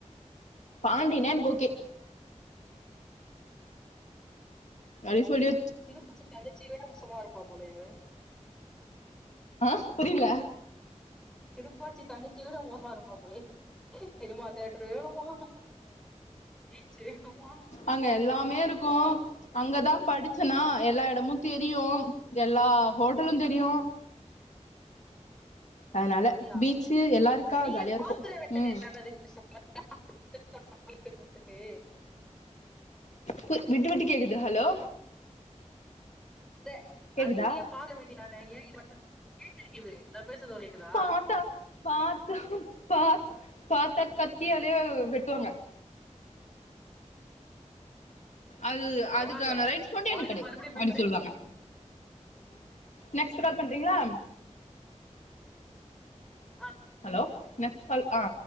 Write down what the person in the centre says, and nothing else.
திருப்பச்சி தங்கச்சி விட மோசமா இருப்பா போல இவ
திருப்பாச்சி தங்கச்சட மோசமா இருப்பா போலே சிமா தேட்ரு வேணுமா பிச்சு வெனுமா
சரியா
நீங்க
பாக்குற
வேனதுக்கு <unintelligible> <inaudible> குடுத்துட்டு
இத
அதையு நீயே பாட வேண்டியதான ஏ மட்டு கேக்குருக்கலா நா பேசுறது கேக்குதா
பரவால்ல
வாங்கிட்டு
மறுபடியு
போய் பாரு
ஓ